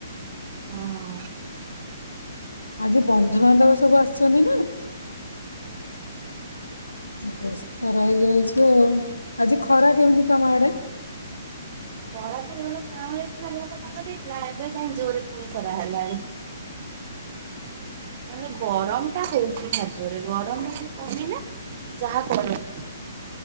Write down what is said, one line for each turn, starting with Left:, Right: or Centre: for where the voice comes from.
Right: ହଁ
Left: ଆଜି ବନ୍ଧୁବାନ୍ଧବ ସବୁ ଆସିଛନ୍ତି ନା। ବ୍ୟସ୍ତ ରହିଯାଉଛି ଆଉ ଆଜି ଖରା କେମିତି ତମ ଆଡେ?
Right: ଖରା ତ ଭଲ କାଁ ହେଇଥିଲା ଭଲ ପାାଗ ଦେଇଥିଲା ଏବେ କାହିଁ ଜୋରରେ ପୁଣି ଖରା ହେଲାଣି। ନହେଲେ ଗରମ ଟା ହଉଛି ଖାଦରେ ଗରମ ଟ ଟିକେ କମ ନା ଯାହା କରନ୍ତି।